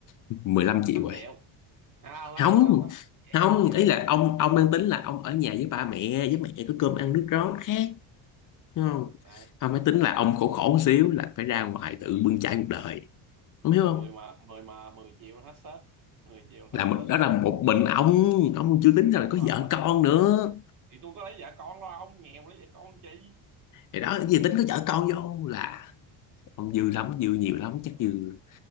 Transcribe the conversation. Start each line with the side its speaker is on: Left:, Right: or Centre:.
Left: 15 triệu
Right: năm
Left: rồi
Right: triệu à, không không
Left: không
Right: không không không
Left: không
Right: thiếu
Left: ý
Right: gì
Left: là ông ông đang tính là ông ở nhà với ba mẹ với mẹ có cơm ăn nước rót khác đúng không
Right: à,
Left: không phải tính là ông khổ khổ một xíu là phải ra ngoài tự bươn chải cuộc đời ông hiểu
Right: thì
Left: không
Right: mười mà mười mà mười triệu là hết sét mười triệu là hết
Left: là
Right: sét
Left: một đó là một mình ông ông chưa tính ra là
Right: muốn
Left: có
Right: không
Left: vợ
Right: mình
Left: con
Right: thôi
Left: nữa
Right: thì tôi có lấy vợ con lo ông nghèo lấy vợ con chi
Left: thì đó cái gì tính có vợ con vô là ông dư lắm dư nhiều lắm
Right: Vợ
Left: chắc
Right: con
Left: dư